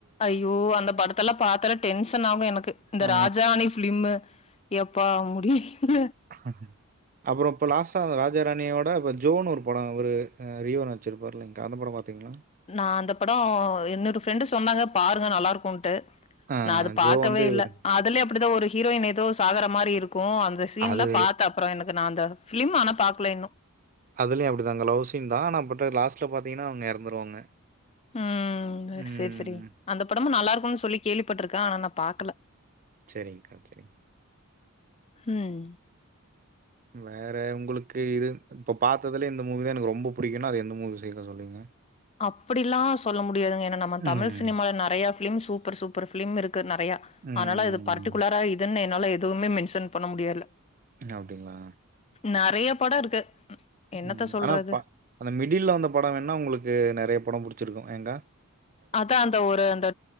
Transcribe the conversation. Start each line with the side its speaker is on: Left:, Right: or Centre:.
Left: ஐயோ அந்த படத்தலாம் பாத்தாலே டென்ஷன் ஆகும் எனக்கு இந்த
Right: ஆ
Left: ராஜராணி ஃப்லிம்மு எப்பா முடிய்ல
Right: <inaudible> அப்றோம் இப்போ லாஸ்டா ராஜராணியோட இப்போ ஜோனு ஒரு படம் இவரு ரியோ நடிச்சிருப்பாருல்ல அந்த படம் பாத்திங்ளா
Left: நான் அந்த படம் இன்னொரு ஃப்ரெண்டு் சொன்னாங்க பாருங்க நல்லா இருக்கும்ன்ட்டு
Right: ஆ
Left: நான் அது பாக்கவே
Right: ஜோ வந்து இவரு
Left: இல்ல அதுலயு அப்டிதான் ஒரு ஹீரோயின் ஏதோ சாகற மாரி இருக் க்கும் அந்த சீன்ல
Right: அது
Left: பார்த்த அப்புறம் எனக்கு நான் அந்த பிலிம் ஆனா பாக்கல இன்னும்
Right: அதுலயும் அப்டிதாங்க ல்வ் சீன் தான் ஆன பட் லாஸ்ட்ல பாத்தீங்கன்னா அவங்க இறந்துருவாங்க
Left: ம்
Right: ம்.
Left: செரி செரி அந்த படமும் நல்லா இருக்கும் சொல்லி கேள்விப்பட்டிருக்கேன் ஆனா நான் பாக்கல
Right: செரிங்கா செரிங்கா
Left: ம்
Right: வேற உங்களுக்கு இது இப்ப பாத்ததுலெ இந்த மூவி தான் எனக்கு ரொம்ப புடிக்கும்னா அந்த எந்த மூவி சீக்கிரம் சொல்லுவீங்க
Left: அப்படிலாம் சொல்ல முடியாதுங்க ஏன்னா நம்ம
Right: ம்.
Left: தமிழ் சினிமால நறைய பிலிம் சூப்பர் சூப்பர் பிலிம் இருக்கு நறையா
Right: ம்.
Left: ஆனால இது பர்டிகுலரா இதுன்னு என்னால எதுவுமே மென்ஷன் பண்ண முடியல
Right: அப்டிங்களா
Left: நறைய படம் இருக்கு என்னத்த
Right: ம்
Left: சொல்றது?
Right: ஆனா அந்த மிடில்ல வந்த படம் வேனா உங்களுக்கு நறைய படம் புடிச்சிருக்கும் யெக்கா
Left: அதான் ஒரு அந்த